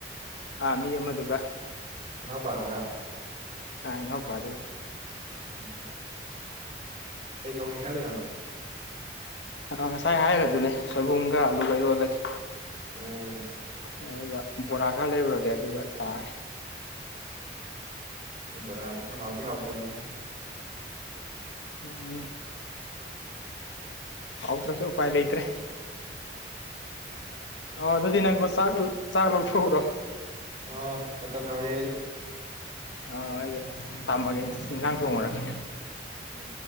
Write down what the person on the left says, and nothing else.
ꯑꯥ ꯃꯤ ꯑꯃꯗꯨꯒ
<unintelligible>
ꯑ ꯉꯁꯥꯏ ꯍꯥꯏꯔꯗꯨꯅꯦ ꯁꯣꯏꯕꯨꯝꯒ ꯑꯂꯨꯒ ꯏꯔꯣꯟꯂꯒꯦ
ꯑꯗꯨꯒ ꯕꯣꯔꯥ ꯈꯔ ꯂꯩꯔꯨꯔꯒꯦ ꯑꯗꯨꯒ ꯆꯥꯔꯦ
ꯎꯝ ꯍꯧꯇ꯭ꯔꯁꯨ ꯎꯄꯥꯏ ꯂꯩꯇꯔꯦ ꯑ ꯑꯗꯨꯗꯤ ꯅꯪ ꯆꯥꯛ ꯆꯥꯛ ꯂꯧꯊꯣꯀꯎꯔꯣ
ꯑ ꯍꯥꯏꯗ ꯇꯥꯝꯃꯒꯦ ꯏꯟꯖꯡ ꯊꯣꯡꯉꯨꯔꯥꯒꯦ